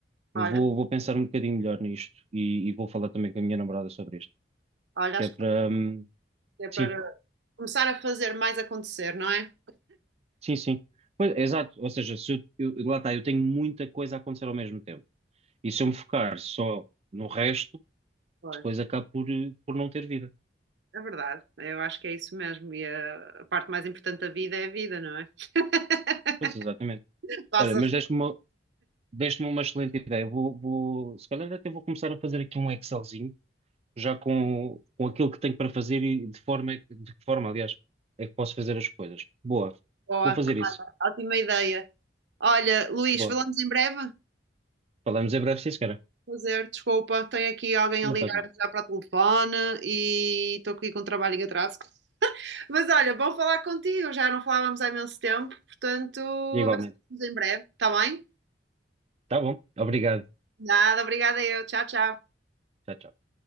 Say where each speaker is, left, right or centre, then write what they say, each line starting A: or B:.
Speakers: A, on the right; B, on the right.
A: Eu
B: Olha,
A: vou, vou pensar um bocadinho melhor nisto e, e vou falar também com a minha namorada sobre isto,
B: olha,
A: que
B: acho
A: é para... hum,
B: que é para
A: Sim,
B: começar a fazer mais acontecer, não é?
A: sim, sim. Pois, exato, ou seja, se eu, eu- lá está, eu tenho muita coisa a acontecer ao mesmo tempo. E se eu me focar só no resto,
B: Pois.
A: depois acabo por, eh, por não ter vida.
B: É verdade, eu acho que é isso mesmo. E a, a parte mais importante da vida é a vida, não é? <laughs>
A: Pois, exatamente.
B: Passas
A: Olha, mas
B: de
A: deste-me uma, deste-me uma excelente ideia. Vou, vou, se calhar até vou começar a fazer aqui um Excelzinho, já com, com aquilo que tenho para fazer e de forma, de que forma, aliás, é que posso fazer as coisas. Boa,
B: boa,
A: vou fazer isso.
B: ótima ideia. Olha, Luís,
A: Boa.
B: falamos em breve.
A: Falamos em breve, sim, senhora.
B: Fazer, desculpa, tenho aqui alguém
A: Não
B: a ligar
A: faz mal.
B: já para o telefone e estou aqui com um trabalho em atraso. Mas olha, bom falar contigo, já não falávamos há imenso tempo, portanto, a
A: E igualmente.
B: ver se falamos em breve, está bem?
A: Tá bom. Obrigado.
B: Nada, obrigada eu. Tchau, tchau.
A: Tchau, tchau.